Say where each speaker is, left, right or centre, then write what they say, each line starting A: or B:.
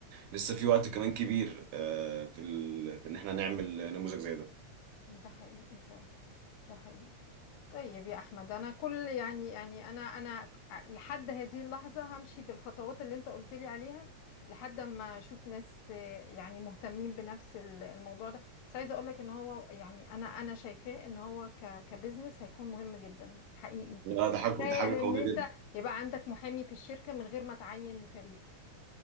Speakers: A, on the right; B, on the left.
A: لسه في وقت كمان كبير آه، في ال... في ان احنا نعمل نموذج زي ده
B: ده حقيقي فعلا ده حقيقي طيب يا احمد انا كل يعني يعني انا انا لحد هذه اللحظه همشي بالخطوات اللي انت قلت لي عليها لحد ما اشوف ناس آه، يعني مهتمين بنفس ال- الموضوع ده بس عايزه اقول لك ان هو يعني انا انا شايفاه ان هو ك كبزنس هيكون مهم جدا حقيقي
A: لا ده حاجه
B: تخيل
A: ده حاجه
B: ان
A: قويه
B: انت
A: جدا
B: يبقى عندك محامي في الشركه من غير ما تعين فريق